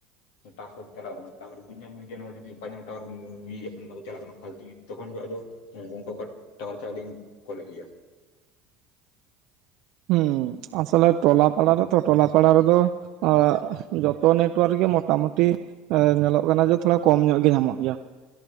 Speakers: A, on the left; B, on the right.
A: ᱴᱟᱥᱠ ᱪᱟᱞᱟᱣ ᱠᱟᱱᱟ ᱛᱟᱭᱚᱢ ᱵᱩᱡᱷ ᱧᱟᱢ ᱠᱟᱹᱫᱟᱹᱧ ᱫᱮᱫ ᱦᱚᱸ ᱡᱚᱫᱤ ᱵᱟᱭ ᱧᱟᱢ ᱴᱟᱣᱟᱨ ᱦᱚᱸ ᱮᱭᱟ. ᱭᱟ ᱪᱟᱞᱟᱜ ᱠᱟᱱᱟ ᱯᱷᱟᱞᱛᱩ ᱛᱚᱠᱷᱚᱱ ᱜᱮ ᱟᱫᱚ ᱠᱚᱯᱟᱴ ᱴᱟᱣᱟᱨ ᱪᱷᱟᱫᱮᱧ ᱠᱚᱞᱮᱫ ᱜᱮᱭᱟ᱾
B: ᱦᱩᱸ ᱟᱥᱚᱞᱮ ᱴᱚᱞᱟ ᱯᱟᱲᱟ ᱨᱮᱛᱚ ᱴᱚᱞᱟ ᱯᱟᱲᱟ ᱨᱮᱫᱚ ᱟᱜ ᱡᱚᱛᱚ ᱱᱮᱴᱣᱟᱨᱠ ᱜᱮ ᱢᱳᱴᱟᱢᱩᱴᱤ ᱮ ᱧᱮᱞᱚᱜ ᱠᱟᱱᱟ ᱡᱮ ᱛᱷᱚᱲᱟ ᱠᱚᱢ ᱧᱚᱜ ᱜᱮ ᱧᱟᱢᱚᱜ ᱜᱮᱭᱟ᱾